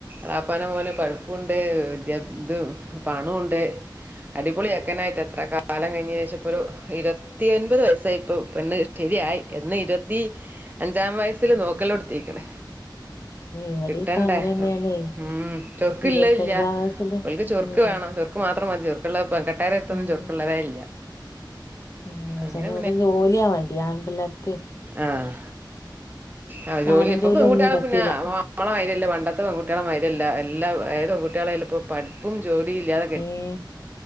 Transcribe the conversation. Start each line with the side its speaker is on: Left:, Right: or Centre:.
Right: വാപ്പാനെ പോലെ പഠിപ്പുണ്ട് വിദ്യാ ഇതും പണോ ഉണ്ട് അടിപൊളിയാ ങ്ങനായിട്ട് എത്ര കാലം കഴിഞ്ഞ ശേഷം ഇപ്പൊരു ഇരുവത്തിയെൻപത് വയസ്സായി ഇപ്പോ പെണ്ണ് ശരിയായി എന്ന് ഇരുപത്തി അഞ്ചാം വയസ്സില്
Left: ഉം
Right: നോക്കലൊടത്തീക്ക്ണ്.
Left: ഇവിടെ
Right: കിട്ടണ്ടേ
Left: ഇപ്പ അങ്ങനെ തന്നെയാണേ
Right: ഉം ചൊർക്കുള്ളത്
Left: ഇരുപത്തഞ്ചാം
Right: ഇല്ല്യാ.
Left: വയസ്സില്
Right: ഓല്ക്ക് ചൊർക്ക്
Left: ഉം
Right: വേണം ചൊർക്ക് മാത്രം മതി ചൊർക്കുള്ളത്. പെങ്കെട്ടേര്തൊന്നും
Left: ഉം
Right: ചൊർക്കുള്ളതേ ഇല്ല.
Left: ആഹ്
Right: അങ്ങനെ
Left: ചെല അവിടെ ജോലിയാ വേണ്ടി ആൺപിള്ളേർക്കേ.
Right: ആഹ്. ആഹ് ജോലി
Left: നാടൻ
Right: ഇപ്പ
Left: ജോലിയൊന്നും
Right: പെൺകുട്ട്യേള്
Left: പറ്റൂല
Right: പിന്നെ നമ്മളെ മാരിയല്ല പണ്ടത്തെ പെങ്കുട്ട്യേളെ മാര്യല്ല എല്ലാ ഏത് പെൺകു കുട്ട്യേള് അയലിപ്പോ പഠി പ്പും ജോലിയില്ല്യാതെ.
Left: ഏഹ്